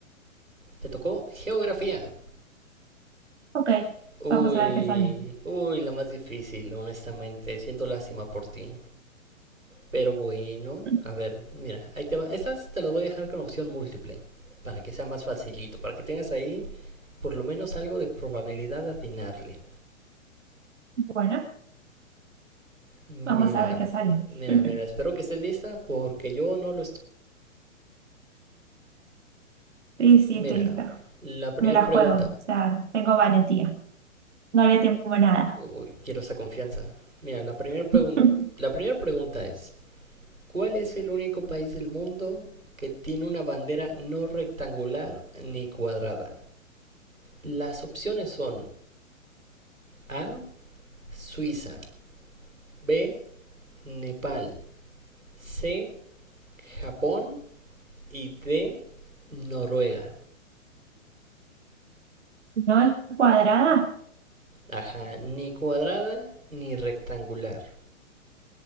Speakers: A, on the right; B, on the right.
A: Te tocó geografía.
B: Ok,
A: Uy,
B: vamos a ver qué sale.
A: uy, la más difícil, honestamente. Siento lástima por ti. Pero bueno,
B: <laughs>
A: a ver, mira, ahí te va. Estas te las voy a dejar con opción múltiple, para que sea más facilito, para que tengas ahí por lo menos algo de probabilidad de atinarle.
B: Bueno,
A: Mira,
B: vamos a ver qué sale.
A: mira,
B: <laughs>
A: mira, espero que estés lista porque yo no lo estoy.
B: Sí, sí,
A: Mira,
B: estoy lista.
A: la primera
B: Me la
A: pregunta.
B: juego, o sea, tengo valentía. No le temo nada.
A: Uy, quiero esa confianza. Mira, la primera
B: <laughs>
A: pregunta, la primera pregunta es ¿Cuál es el único país del mundo que tiene una bandera no rectangular ni cuadrada? Las opciones son A, Suiza, B, Nepal, C, Japón y D, Noruega.
B: No es cuadrada.
A: Ajá, ni cuadrada ni rectangular.